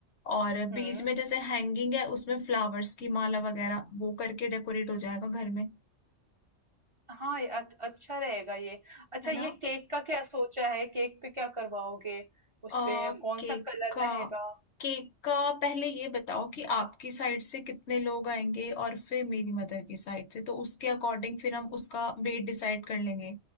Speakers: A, on the left; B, on the right.
A: और बीच
B: हम्म
A: में जैसे हैंगिंग है उसमें फ्लावर्स की माला वगैरह वो करके डेकोरेट हो जाएगा घर में
B: हाँ ये अच- अच्छा रहेगा ये अच्छा
A: है
B: ये
A: ना
B: केक का क्या सोचा है केक पे क्या करवाओगे उस
A: अ
B: पे कौन
A: केक
B: सा कलर
A: का
B: रहेगा
A: केक का पहले ये बताओ कि आपकी साइड से कितने लोग आएंगे और फिर मेरी मदर की साइड से तो उसके अकॉर्डिंग फिर हम उसका वेट डिसाइड कर लेंगे